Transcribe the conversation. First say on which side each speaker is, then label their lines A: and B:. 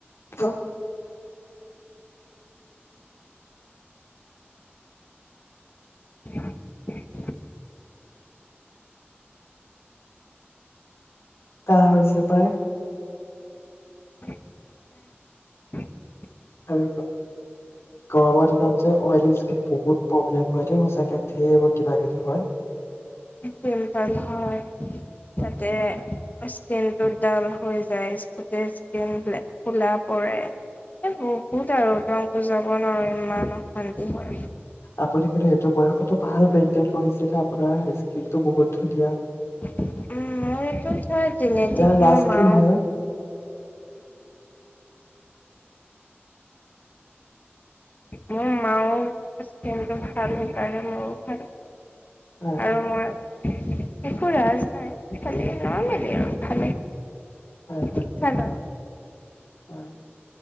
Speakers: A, on the left; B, on the left.
A: অ।
B: <inaudible>
A: কাঁহ হৈছে পাই।
B: <unintelligible>
A: আৰু গৰমৰ দিনত যে অইলী স্কিন বহুত প্ৰব্লেম হয় দে সঁচাকে সেই এইবোৰ কিবা কিবি হয়।
B: তেল তেল হয়, তাতে। স্কিন টো ডাল হৈ যায় সুতে স্কিন ব্লেক কোলা পৰে, এ বহুত আৰু তং বুজাব নোৱাৰো ইমান অশান্তি হয়।
A: আপুনি কিন্তু এইটো বয়সত ভাল মেইনটেইন কৰিছিলে আপোনাৰ স্কিনটো বহুত ধুনীয়া।
B: উম মোৰ এইটো সব জিনেতিক
A: ইয়াৰ ৰাজ
B: মোৰ মা
A: কি হয়
B: মোৰ মাৰো স্কিনটো ভাল কাৰনে মোৰো ভাল।
A: হয়
B: আৰু মই একো ৰাজ নাই খালি নৰ্মল্লী আৰু ভালে।
A: হয় হয়
B: ঠিক থাক আৰু।
A: হয়